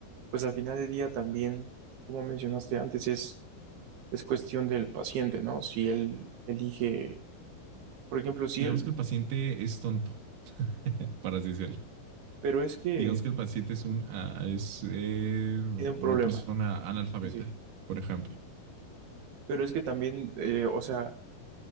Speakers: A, on the right (about 80°); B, on the right (about 60°).
A: pues al final del día también, como mencionaste antes, es, es cuestión del paciente, ¿no? Si él elige Por ejemplo, sí,
B: Digamos
A: el-
B: que el paciente es tonto, <laughs> para así decirlo.
A: pero es que
B: Digamos que el paciente es, un, ah, es eh,
A: tiene un
B: una
A: problema.
B: persona analfabeta,
A: Sí, sí.
B: por ejemplo.
A: Pero es que también, eh, o sea,